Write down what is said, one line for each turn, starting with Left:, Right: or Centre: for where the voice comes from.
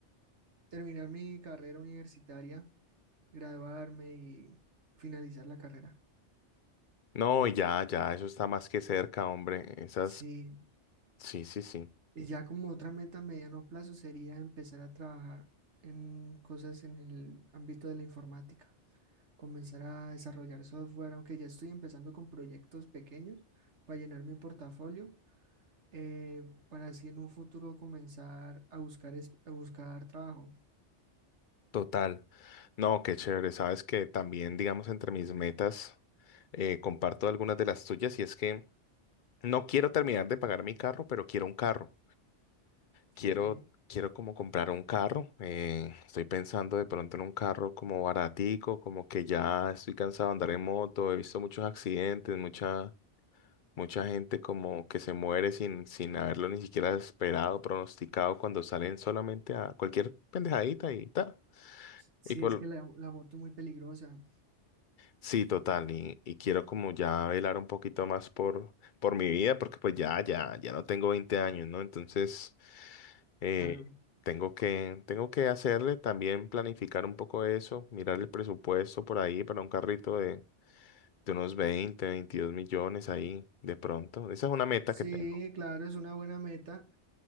Right: terminar mi carrera universitaria, graduarme y finalizar la carrera.
Left: No, ya, ya, eso está más que cerca, hombre. Esas,
Right: Sí.
Left: sí, sí, sí.
Right: Y ya como otra meta a mediano plazo sería empezar a trabajar en cosas en el ámbito de la informática, comenzar a desarrollar software, aunque ya estoy empezando con proyectos pequeños para llenar mi portafolio eh, para así en un futuro comenzar a buscar, es- a buscar trabajo,
Left: Total. No, qué chévere. Sabes que también, digamos, entre mis metas, eh, comparto algunas de las tuyas y es que no quiero terminar de pagar mi carro, pero quiero un carro. Quiero,
Right: ¿ok?
Left: quiero como comprar un carro. eh, estoy pensando de pronto en un carro como baratico, como que ya estoy cansado de andar en moto. He visto muchos accidentes, mucha, mucha gente como que se muere sin, sin haberlo ni siquiera esperado, pronosticado, cuando salen solamente a cualquier pendejadita y ta
Right: Sí,
Left: y por
Right: es que la, la moto es muy peligrosa,
Left: Sí, total, y, y quiero como ya velar un poquito más por, por mi vida, porque pues ya, ya, ya no tengo 20 años, ¿no? Entonces, eh,
Right: claro.
Left: tengo que, tengo que hacerle también planificar un poco eso, mirar el presupuesto por ahí para un carrito de, de unos 20, 22 millones ahí de pronto. Esa es una meta
Right: Sí,
Left: que tengo.
Right: claro, es una buena meta.